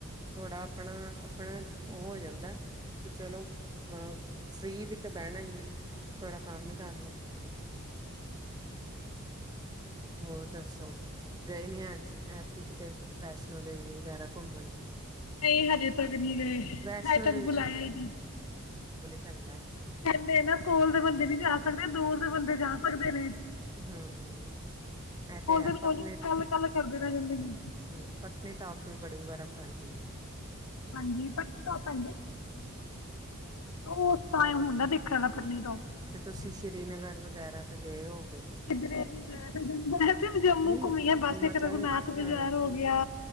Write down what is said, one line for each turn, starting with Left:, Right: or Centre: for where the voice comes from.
Right: ਥੋੜਾ ਆਪਣਾ ਆਪਣਾ ਉਹ ਹੋ ਜਾਂਦਾ ਕਿ ਚਲੋ ਅਹ ਫ੍ਰੀ ਵੀ ਤੇ ਬਹਿਣਾ ਹੀ ਹੈ। ਥੋੜਾ ਕੰਮ ਹੀ ਕਰ ਲਓ ਹੋਰ ਦੱਸੋ ਗਏ ਨੀ ਅੱਜ ਐਤਕੀ ਕਿਤੇ ਵੈਸ਼ਨੋ ਦੇਵੀ ਵਗੈਰਾ ਘੁੰਮਣ
Left: ਨਹੀਂ ਹਜੇ ਤੱਕ ਨਹੀਂ ਗਏ,
Right: ਵੈਸ਼ਨੋ
Left: ਹਜੇ ਤੱਕ ਬੁਲਾਇਆ ਹੀ ਨਹੀਂ।
Right: ਪੈਦਾ।
Left: ਕਹਿੰਦੇ ਨਾ ਕੋਲ ਦੇ ਬੰਦੇ ਨੀ ਜਾ ਸਕਦੇ, ਦੂਰ ਦੇ ਬੰਦੇ ਜਾ ਸਕਦੇ ਨੇ।
Right: ਹੂੰ, ਇਹ ਤੇ
Left: ਕੋਲ
Right: ਹੈ,
Left: ਦੇ ਲੋਕ
Right: ਪਤਲੀ ਹੂੰ,
Left: ਕੱਲ ਕੱਲ ਕਰਦੇ ਰਹਿ ਜਾਂਦੇ ਨੇ
Right: ਪਤਲੀਟਾਪ ਵੀ ਬੜੀ <unintelligible> ਤਾਂ ਪੈਂਦੀ ਵੀ।
Left: ਹਾਂਜੀ, ਪਤਨੀਟੋਪ <inaudible> ਉਸ ਟਾਈਮ
Right: ਹਮ
Left: ਹੁੰਦਾ ਦੇਖਣ ਦਾ
Right: ਤੇ ਤੁਸੀਂ
Left: <inaudible>
Right: ਸ੍ਰੀਨਗਰ ਵਗੈਰਾ ਗਏ ਹੋ
Left: ਕਿਧਰੇ ਨਹੀ ਗਏ, ਮੈਂ ਸਿਰਫ਼ ਜੰਮੂ
Right: ਨਹੀਂ
Left: ਘੁੰਮੀ ਆ, ਬਸ
Right: ਮਤਲਬ
Left: ਇੱਕ ਰਘੁਨਾਥ ਬਾਜ਼ਾਰ
Right: ਅਹ
Left: ਹੋ ਗਿਆ,